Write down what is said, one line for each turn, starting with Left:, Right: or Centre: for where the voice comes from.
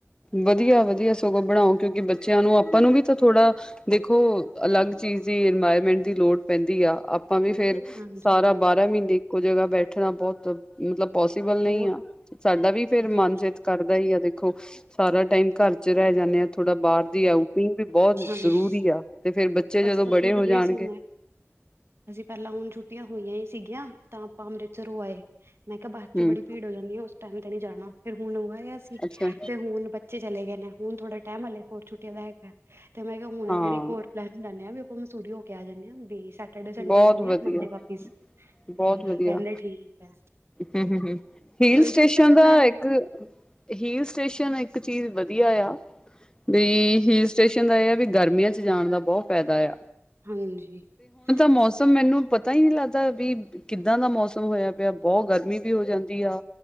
Left: ਵਧੀਆ-ਵਧੀਆ ਸਗੋਂ ਬਣਾਓ, ਕਿਉਂਕਿ ਬੱਚਿਆਂ ਨੂੰ ਆਪਾਂ ਨੂੰ ਵੀ ਤਾਂ ਥੋੜ੍ਹਾ ਦੇਖੋ ਅਲੱਗ ਚੀਜ਼ ਦੀ, ਇਨਵਾਇਰਮੈਂਟ ਦੀ ਲੋੜ ਪੈਂਦੀ ਆ, ਆਪਾਂ ਵੀ ਫੇਰ
Right: ਹਾਂਜੀ
Left: ਸਾਰਾ ਬਾਰਾਂ ਮਹੀਨੇ ਇੱਕੋ ਜਗ੍ਹਾ ਬੈਠਣਾ ਬਹੁਤ ਮਤਲਬ ਪੋਸੀਬਲ
Right: ਹੋਰ
Left: ਨਹੀਂ ਆ, ਸਾਡਾ ਵੀ ਫੇਰ ਮਨ
Right: ਜੀ
Left: ਚਿੱਤ ਕਰਦਾ ਹੀ ਆ ਦੇਖੋ ਸਾਰਾ ਟਾਈਮ ਘਰ ਚ ਰਹਿ ਜਾਂਨੇ ਆਂ, ਥੋੜਾ ਬਾਹਰ ਦੀ ਆਊਟਿੰਗ ਵੀ ਬਹੁਤ
Right: ਹਾਂਜੀ
Left: ਜ਼ਰੂਰੀ ਆ, ਤੇ ਫਿਰ ਬੱ ਬੱਚੇ ਜਦੋਂ
Right: ਅਸੀਂ ਤਾਂ
Left: ਬੜੇ
Right: ਖੁਦ
Left: ਹੋ
Right: ਗਏ
Left: ਜਾਣਗੇ
Right: ਸੀ ਹੁਣੇ ਅਸੀਂ ਪਹਿਲਾਂ ਹੁਣ ਛੁੱਟੀਆਂ ਹੋਈਆਂ ਹੀ ਸੀ ਗੀਆਂ, ਤਾਂ ਆਪਾਂ ਅੰਮ੍ਰਿਤਸਰ ਹੋ ਆਏ। ਮੈਂ ਕਿਹਾ ਬਾਅਦ ਚੋਂ
Left: ਹੂੰ
Right: ਬੜੀ ਭੀੜ ਹੋ ਜਾਂਦੀ ਆ, ਉਸ ਟਾਈਮ ਤੇ ਨੀ ਜਾਣਾ, ਫਿਰ ਹੁਣ ਉਹ ਆਇਆ ਸੀ,
Left: ਅੱਛਾ
Right: ਤੇ ਹੁਣ ਬੱਚੇ ਚਲੇ ਗਏ ਨੇ, ਹੁਣ ਥੋੜਾ ਟਾਈਮ ਹਲੇੇ ਹੋਰ ਛੁੱਟੀਆਂ ਦਾ ਹੈ, ਤੇ ਮੈਂ ਕਿਹਾ ਹੁਣ
Left: ਹਾਂ
Right: ਫੇਰ ਇੱਕ ਹੋਰ ਲਹਿਰਨ ਜਾਂਦੇ ਹਾਂ, ਵੀ ਆਪਾਂ ਮੰਸੂਰੀ ਹੋ ਕੇ ਆ ਜਾਂਦੇ ਹਾਂ, ਵੀ ਸੱ ਸੈਟਡੇ ਸੰਡੇ
Left: ਬਹੁਤ
Right: ਜਾਂਦੇ ਆ,
Left: ਵਧੀਆ
Right: ਮੰਡੇ ਵਾਪਿਸ,
Left: ਬਹੁਤ
Right: ਤੇ
Left: ਵਧੀਆ
Right: ਕਹਿੰਦੇ ਠੀਕ ਐ।
Left: ਹੂੰ ਹੂੰ ਹੂੰ ਹਿਲ
Right: ਉਹੀ
Left: ਸਟੇਸ਼ਨ
Right: ਕਿ ਕੀ ਪਤਾ
Left: ਦਾ
Right: ਮੈਂ
Left: ਇੱਕ ਹਿਲ ਸਟੇਸ਼ਨ ਇੱਕ ਚੀਜ਼ ਵਧੀਆ ਆ। ਵੀ ਹਿਲ ਸਟੇਸ਼ਨ ਦਾ ਇਹ ਆ ਵੀ, ਗਰਮੀਆਂ ਚ ਜਾਣ ਦਾ ਬਹੁ ਫਾਇਦਾ ਐ।
Right: ਹਾਂਜੀ
Left: ਮੌਸਮ
Right: ਬਸ
Left: ਮੈਨੂੰ ਪਤਾ ਹੀ ਨਹੀ ਲੱਗਦਾ ਵੀ ਕਿੱਦਾਂ ਦਾ ਮੌਸਮ ਹੋਇਆ ਪਿਆ ਬਹੁਤ ਗਰਮੀ ਵੀ ਹੋ ਜਾਂਦੀ ਆ